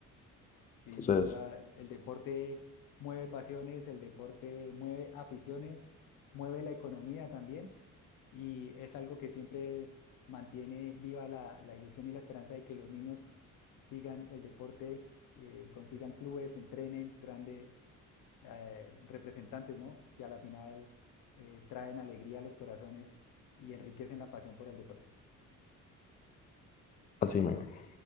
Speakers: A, on the left; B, on the left.
A: Sí,
B: Entonces,
A: sin duda, el deporte mueve pasiones, el deporte mueve aficiones, mueve la economía también y es algo que siempre mantiene viva la, la ilusión y la esperanza de que los niños sigan el deporte, eh, consigan clubes, entrenen grandes eh, representantes, ¿no? Que a la final eh, traen alegría a los corazones y enriquecen la pasión por el deporte.
B: así mismo.